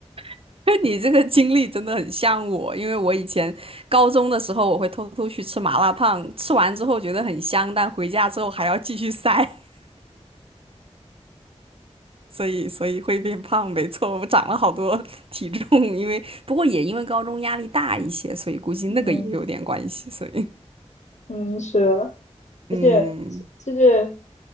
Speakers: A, on the right; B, on the left.
A: <laughs> 你这个经历真的很像我，因为我以前高中的时候，我会偷偷去吃麻辣烫，吃完之后觉得很香，但回家之后还要继续塞。<laughs> 所以所以会变胖，没错，我长了好多 <laughs> 体重，因为不过也因为高中压力大一些，所以估计那个也有点关系，
B: 嗯
A: 所以
B: 嗯，是的而且就是
A: 嗯，